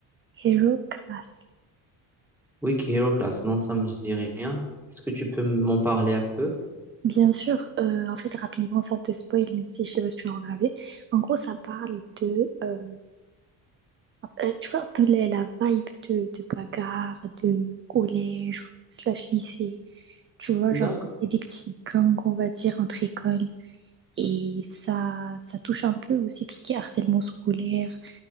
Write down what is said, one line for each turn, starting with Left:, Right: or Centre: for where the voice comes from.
Right: Hero Class.
Centre: Wicked Hero Class, non, ça me dit rien. Est-ce que tu peux m'en parler un peu?
Right: Bien sûr, euh, en fait, rapidement, ça te spoil, même si je sais pas si tu l'as regardé. En gros, ça parle de, euh, euh, tu vois, un peu la, la vibe de, de bagarre, de collège, slash lycée. Tu vois,
Centre: D'accord.
Right: genre, et des petits gangs, on va dire, entre écoles. Et ça, ça touche un peu aussi tout ce qui est harcèlement scolaire,